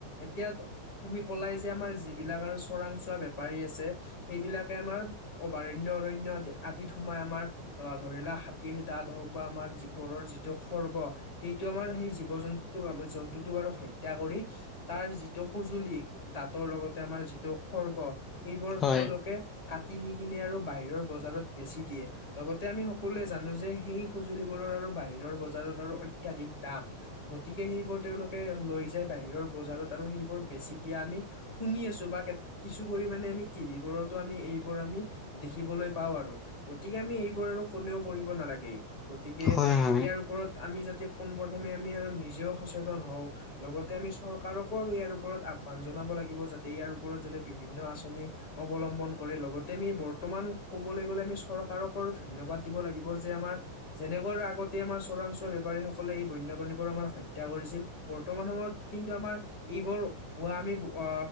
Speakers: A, on the left; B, on the left.
A: এতিয়া- তুমি ক'লাই যে আমাৰ যিবিলাক আৰু চৰাং চোৱা বেপাৰী আছে। সেইবিলাকে আমাৰ অভয়াৰণ্য অৰণ্য আ আদিত সোমাই আমাৰ- অ ধৰি লোৱা হাতীৰ দাঁত হওক বা আমাৰ যি গড়ৰ যিটো খৰ্গ- সেইটো আমাৰ সেই জীৱ জন্তুটোক আমাৰ জন্তুটোক আৰু হত্যা কৰি- তাৰ যিটো সজুলি দাঁতৰ লগতে আমাৰ যিটো খৰ্গ- এইবোৰ
B: হয়
A: তেওঁলোকে কাটি নি কিনে আৰু বাহিৰৰ বজাৰত বেচি দিয়ে। লগতে আমি সকলোৱে জানো যে সেই সঁজুলিবোৰৰ আৰু বাহিৰৰ বজাৰত আৰু অত্যাধিক দাম। গতিকে সেইবোৰ তেওঁলোকে লৈ যায় বাহিৰৰ বজাৰত, আৰু সেইবোৰ বেছি দিয়া আমি- শুনি আছো বা কিছু পৰিমানে আমি টি ভিবোৰতো আমি এইবোৰ আমি- দেখিবলৈ পাওঁ আৰু। গতিকে আমি এইবোৰ আৰু কোনেও কৰিব নালাগে। গতিকে
B: হয় হয়
A: ইয়াৰ ওপৰত আমি যাতে পোন প্ৰথমে আমি আৰু নিজেও সচেতন হওঁ। লগতে আমি চৰকাৰকো আৰু ইয়াৰ ওপৰত আহ্বান জনাব লাগিব যাতে ইয়াৰ ওপৰত যাতে বিভিন্ন আঁচনি অৱলম্বন কৰে লগতে আমি বৰ্তমান ক'বলৈ গ'লে আমি চ চৰকাৰকো ধন্যবাদ দিব লাগিব যে আমাৰ যেনেকৈ আৰু আগতে আমাৰ চোৰাংচোৱা বেপাৰী সকলে এই বন্যপ্ৰাণীবোৰ আমাৰ হত্যা কৰিছিল। বৰ্তমান সময়ত কিন্তু আমাৰ এইবোৰ হোৱা আমি অ